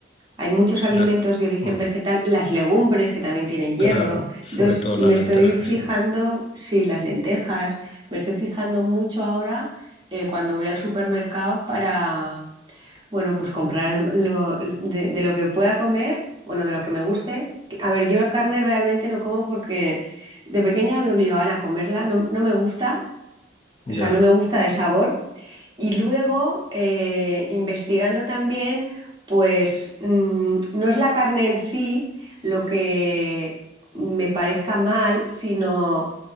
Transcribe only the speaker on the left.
La-
hmm.
Claro, sobre
todo
las
lentejas,
sí.
Ya.